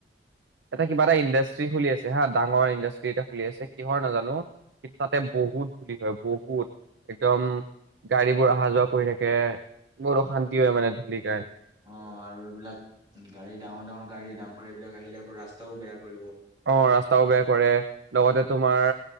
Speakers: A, on the right; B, on the right.
A: এটা কিবা এটা ইণ্ডাষ্ট্ৰি খুলি আছে হা ডাঙৰ ইণ্ডাষ্ট্ৰি এটা খুলি আছে। কিহৰ নাজানো কিন্তু তাতে বহুত ধূলি হয় বহুত একদম। গাড়ী বোৰ অহা যোৱা কৰি থাকে। বহুত অশান্তি হয় মানে ধূলিত।
B: অ আৰু এইবিলাক গাড়ী ডাঙৰ ডাঙৰ গাড়ী দাম্পাৰ এইবিলাক আহিলে আকৌ ৰাস্তা। ত বেয়া কৰিব।
A: অ ৰাস্তাও বেয়া কৰে। লগতে তোমাৰ